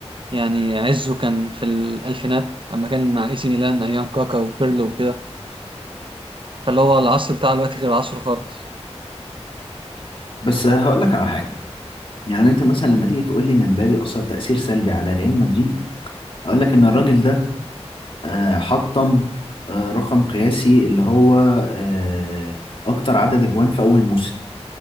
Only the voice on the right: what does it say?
يعني عزه كان في الالفينات اما كان مع اي سي ميلان ايام كاكا وبيرلو وكده فاللي هو العصر بتاع الوقت غير عصره خالص